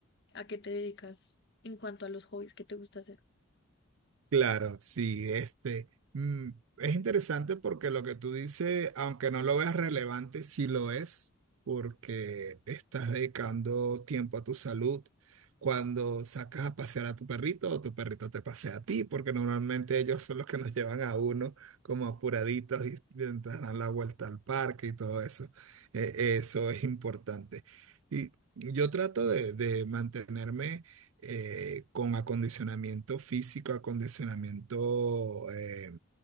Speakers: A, on the left (about 50°); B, on the right (about 70°).
A: ¿A qué te dedicas en cuanto a los hobbies que te gusta hacer?
B: Claro, sí, este mm, es interesante porque lo que tú dices, aunque no lo veas relevante, sí lo es, porque estás dedicando tiempo a tu salud cuando sacas a pasear a tu perrito o tu perrito te pasea a ti, porque normalmente ellos son los que nos llevan a uno como apuraditos y mientras dan la vuelta al parque y todo eso. Eh, eso es importante. Y yo trato de de mantenerme eh, con acondicionamiento físico, acondicionamiento eh,